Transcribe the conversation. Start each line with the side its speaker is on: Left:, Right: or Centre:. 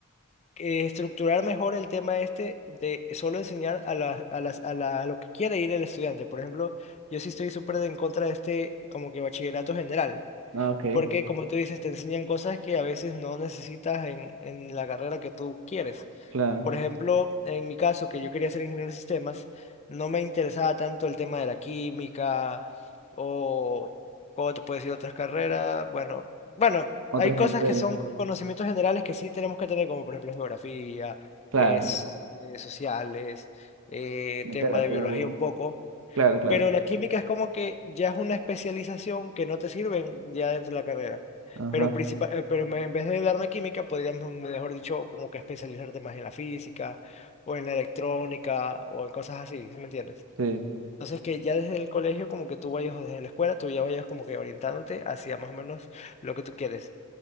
Left: eh, estructurar mejor el tema este de solo enseñar a la- a las, a la- a lo que quiere ir el estudiante. Por ejemplo, yo sí estoy súper en contra de este como que bachillerato general
Right: Ah, ok,
Left: porque como tú dices, te enseñan cosas que a veces no necesitas en, en la carrera que tú quieres.
Right: claro.
Left: Por ejemplo, en mi caso, que yo quería ser ingeniero de sistemas, no me interesaba tanto el tema de la química o cómo te puedes decir otras carreras. Bueno, bueno,
Right: Otras
Left: hay cosas
Right: materias,
Left: que son conocimientos generales que sí tenemos que tener, como por ejemplo geografía,
Right: claro.
Left: eh, s- eh, sociales, eh,
Right: Literatura,
Left: tema de biología un poco.
Right: claro, claro.
Left: Pero la química es como que ya es una especialización que no te sirven ya dentro de la carrera.
Right: Ajá,
Left: Pero, principal, eh, pero en vez de darme química, podrías, mm, mejor dicho, como que especializarte más en la física o en la electrónica o en cosas así, ¿sí me entiendes?
Right: sí.
Left: Entonces que ya desde el colegio, como que tú vayas o desde la escuela, tú ya vayas como que orientándote hacia más o menos lo que tú quieres.